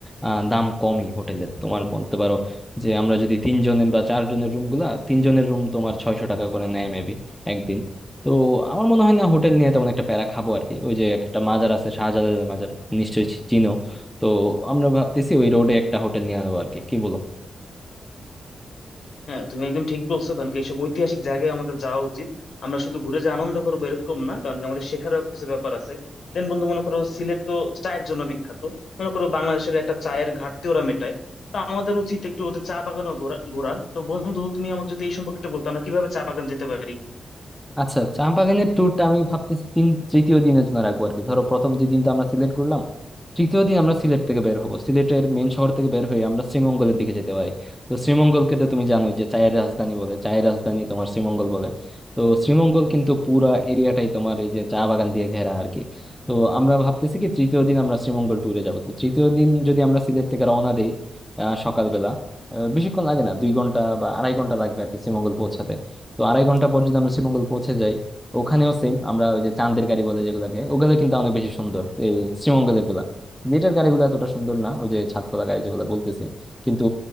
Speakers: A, in the centre; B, on the left.
A: আহ দাম কমই হোটেলের তোমার বলতে পারো যে আমরা যদি তিনজনের বা চারজনের রুম গুলা তিনজনের রুম তোমার ছয়শো টাকা করে নেয় মেবি একদিন। তো আমার মনে হয় না হোটেল নিয়ে তেমন একটা প্যারা খাবো আর কি ওই যে একটা মাজার আছে শাহজালালের মাজার নিশ্চয়ই চি- চিনো তো আমরা ভাবতেছি ওই রোডে একটা হোটেল নিয়ে নেবো আর কি কি বলো
B: হ্যাঁ তুমি একদম ঠিক বলছো কারণ কি এইসব ঐতিহাসিক জায়গায় আমাদের যাওয়া উচিত আমরা শুধু ঘুরে যে আনন্দ করবো এরকম না কারণ কি আমাদের শেখারও কিছু ব্যাপার আছে দেন বন্ধু মনে করো সিলেট তো চায়ের জন্য বিখ্যাত মনে করো বাংলাদেশের একটা চায়ের ঘাটতি ওরা মেটায় তো আমাদের উচিত একটু ওদের চা বাগানও ঘোরা ঘোরা তো বন্ধু তুমি আমাকে যদি এই সম্পর্কে একটু বলতো আমরা কিভাবে চা বাগান যেতে পারি
A: আচ্ছা চা বাগানের ট্যুরটা আমি ভাবতেছি তিন তৃতীয় দিনের জন্য রাখবো আর কি ধরো প্রথম যে দিনটা আমরা সিলেট করলাম তৃতীয় দিন আমরা সিলেট থেকে বের হবো সিলেটের মেন শহর থেকে বের হয়ে আমরা শ্রীমঙ্গলের দিকে যেতে পারি তো শ্রীমঙ্গলকে তো তুমি জানোই যে চায়ের রাজধানী বলে চায়ের রাজধানী তোমার শ্রীমঙ্গল বলে তো শ্রীমঙ্গল কিন্তু পুরা এরিয়াটাই তোমার এই যে চা বাগান দিয়ে ঘেরা আর কি তো আমরা ভাবতেছি কি তৃতীয় দিন আমরা শ্রীমঙ্গল ট্যুরে যাবো তো তৃতীয় দিন যদি আমরা সিলেট থেকে রওনা দেই আহ সকালবেলা আহ, বেশিক্ষণ লাগে না দুই ঘন্টা বা আড়াই ঘন্টা লাগবে আর কি শ্রীমঙ্গল পৌঁছাতে তো আড়াই ঘন্টা পর যদি আমরা শ্রীমঙ্গল পৌঁছে যাই ওখানেও সেম আমরা ওই যে চাঁদের গাড়ি বলে যেগুলাকে ওগুলো কিন্তু অনেক বেশি সুন্দর এই শ্রীমঙ্গলের গুলা সিলেটের গাড়িগুলো এতটা সুন্দর না ওই যে ছাদ খোলা গাড়ি যেগুলো বলতেছি কিন্তু